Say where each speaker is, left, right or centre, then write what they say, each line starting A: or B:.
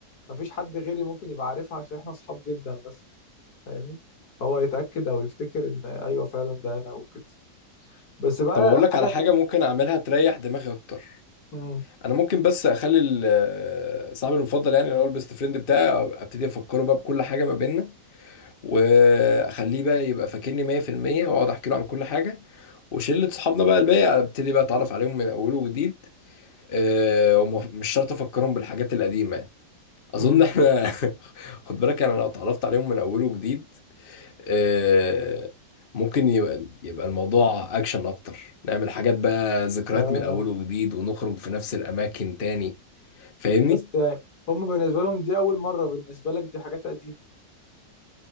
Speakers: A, on the left (about 60°); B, on the left (about 40°).
A: مفيش حد غيري ممكن يبقى عارفها عشان إحنا أصحاب جدا بس فاهمني فهو يتأكد أو يفتكر إن أيوه فعلا ده أنا وكده بس بقى
B: طب اقول لك
A: حاجة
B: على
A: تانية
B: حاجه ممكن اعملها تريح دماغي اكتر
A: مم.
B: انا ممكن بس اخلي ال- صاحبي المفضل يعني اللي هو البيست فريند بتاعي ابتدي افكره بقى بكل حاجه ما بيننا واخليه بقى يبقى فاكرني 100% واقعد احكي له عن كل حاجه وشلة صحابنا بقى الباقي ابتدي بقى اتعرف عليهم من اول وجديد أه ومش شرط افكرهم بالحاجات القديمه يعني اظن
A: مم.
B: احنا <laughs> خد بالك انا لو اتعرفت عليهم من اول وجديد أه ممكن يبقى, يبقى الموضوع اكشن اكتر نعمل حاجات بقى ذكريات
A: آه
B: من اول وجديد ونخرج في نفس الاماكن تاني فاهمني
A: بس هم بالنسبة لهم دي أول مرة بالنسبة لك دي حاجات قديمة